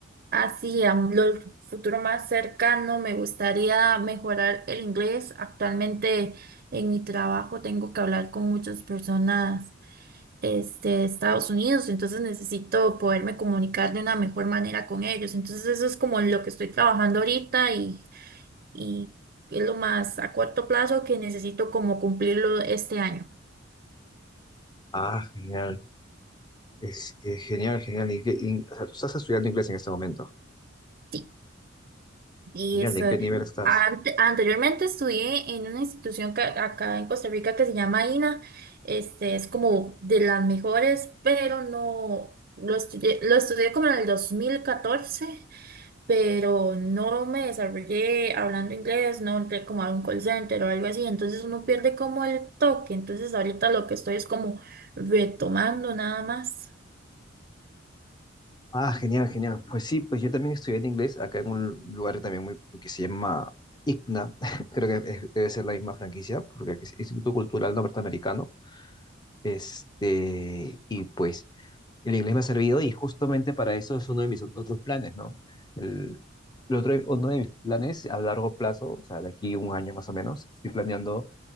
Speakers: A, on the right (about 45°); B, on the left (about 20°).
A: así, a lo futuro más cercano, me gustaría mejorar el inglés. Actualmente en mi trabajo tengo que hablar con muchas personas, este, de Estados Unidos, entonces necesito poderme comunicar de una mejor manera con ellos. Entonces eso es como lo que estoy trabajando ahorita y y es lo más a corto plazo que necesito como cumplirlo este año.
B: Ah, genial. Este, genial, genial. ¿Y qué- y- o sea, tú estás estudiando inglés en este momento.
A: Sí, y
B: Genial.
A: eso.
B: ¿En qué nivel estás?
A: ante- anteriormente estudié en una institución que- acá en Costa Rica que se llama INA. Este es como de las mejores, pero no lo estudié, lo estudié como en el dos mil catorce pero no me desarrollé hablando inglés, no entré como a un call center o algo así, entonces uno pierde como el toque. Entonces ahorita lo que estoy es como retomando nada más.
B: Ah, genial, genial. Pues sí, pues yo también estudié en inglés acá en un lugar también muy que se llama ICNA, <laughs> creo que es- debe ser la misma franquicia, porque es Instituto Cultural Norteamericano. Este, y pues el inglés me ha servido y justamente para eso es uno de mis otros planes, ¿no? El, el otro, uno de mis planes a largo plazo, o sea, de aquí un año más o menos, estoy planeando